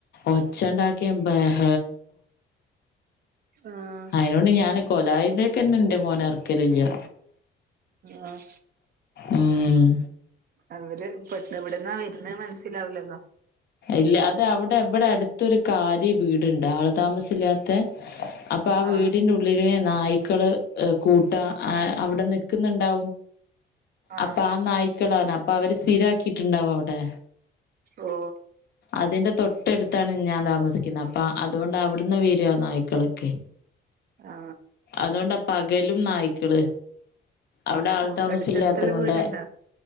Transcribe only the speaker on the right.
ആഹ്
ആ..
അവര് പെട്ട ന്ന വിടന്നാ വരുന്നന്ന് മനസ്സിലാവില്ലല്ലോ.
ആഹ്
ആഹ്
ഓ..
ആ
ഓ അടുത്തടുത്തുള്ള
വീടുണ്ടോ